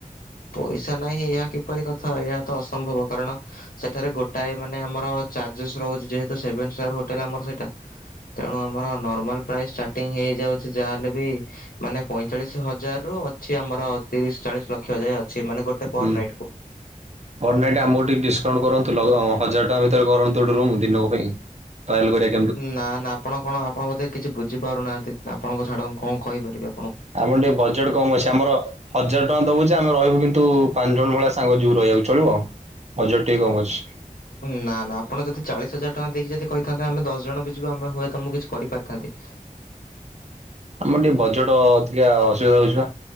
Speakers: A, on the left (about 85°); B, on the right (about 50°).
A: ପଇସା ନାହିଁ ଏହା କିପରି କଥା ଏହା ତ ଅସମ୍ଭବ କାରଣ ସେଠାରେ ଗୋଟାଏ ମାନେ ଆମର ଚାର୍ଜସେ ରହୁଛି ଯେହେତୁ ସେଭେନ ଷ୍ଟାର୍ ହୋଟଲ ଆମର ସେଟା ତେଣୁ ଆମର ନର୍ମାଲ ପ୍ରାଇସ୍ ଷ୍ଟାର୍ଟିଂ ହେଇଯାଉଛି ଯାହାହେଲେ ବି ମାନେ ପଇଁଚାଳିଶ ହଜାର ରୁ ଅଛି ଆମର ତିରିଶ ଚାଳିଶ ଲକ୍ଷ ଯାଏ ଅଛି ମାନେ ଗୋଟେ ପର
B: ହୁଁ।
A: ନାଇଟ୍ କୁ।
B: ପର ନାଇଟ୍ ଆମକୁ ଟିକେ ଡିସକାଉଣ୍ଟ କରନ୍ତୁ, ହଜାର ଟଙ୍କା ଭିତରେ କରନ୍ତୁ ଗୋଟେ ରୁମ୍ ଦିନକ ପାଇଁ। ଟ୍ରାଏଲ୍ କରିବାକି
A: ନା ନା ଆପଣ କଣ ଆପଣ ବୋତେ କିଛି ବୁଝିପାରୁନାହାନ୍ତି, ଆପଣଙ୍କ ଛାଡ କଣ କହିପାରିବେ?
B: ଆମର ଟିକେ ବଜେଟ କମ ଅଛି ଆମର ହଜାର ଟଙ୍କା ଦବୁ ଯେ ଆମେ ରହିବୁ କିନ୍ତୁ ପାଞ୍ଚ ଜଣ ଭଳିଆ ସାଙ୍ଗ ଯିବୁ ରହିବାକୁ ଚଳିବ? ହଜାର ଟିକେ କମ ଅଛି।
A: ନା ନା ଆପଣ ଯଦି ଚାଳିଶ ହଜାର ଟଙ୍କା ଦେଇକି ଯଦି କହିଥାନ୍ତେ ଆମେ ଦଶ ଜଣ ବି ଯିବୁ ଆମେ ହୁଏତ ମୁଁ କିଛି କରିପାରିଥାନ୍ତି।
B: ଆମର ଟିକେ ବଜେଟ ଟିକେ ଅସୁବିଧା ହଉଛି ପା।